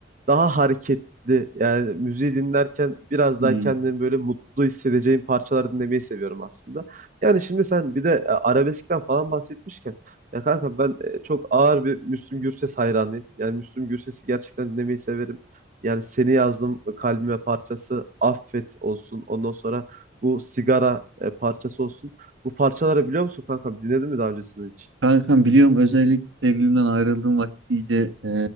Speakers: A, on the right; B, on the right.
A: daha hareketli yani müziği dinlerken biraz
B: Hmm.
A: daha kendimi böyle mutlu hissedeceğim parçalar dinlemeyi seviyorum aslında. Yani şimdi sen bir de e, arabeskten falan bahsetmişken ya kanka ben e, çok ağır bir Müslüm Gürses hayranıyım. Yani Müslüm Gürses'i gerçekten dinlemeyi severim. Yani seni yazdım e, kalbime parçası Affet olsun. Ondan sonra bu sigara e, parçası olsun. Bu parçaları biliyor musun kankam? Dinledin mi daha öncesinde hiç?
B: Kankam biliyorum özellikle sevgilimden ayrıldığım vakit iyice e,